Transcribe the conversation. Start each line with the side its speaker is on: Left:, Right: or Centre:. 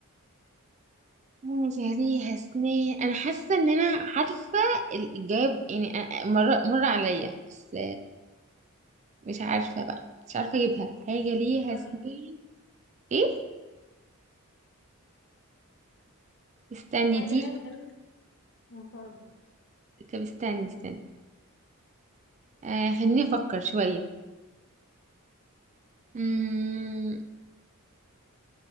Right: مم، يا ليها سنان انا حاسه ان انا عارفه الاجابه يعني أ- أ- مر مر عليا بس مش عارفه بقى مش عارفه اجيبها حاجه ليها
Left: فكري
Right: سنان ايه استني
Left: حاجة ليها
Right: دي
Left: اسنان وما بتعضش
Right: طب استني استني آه خليني افكر شويه امم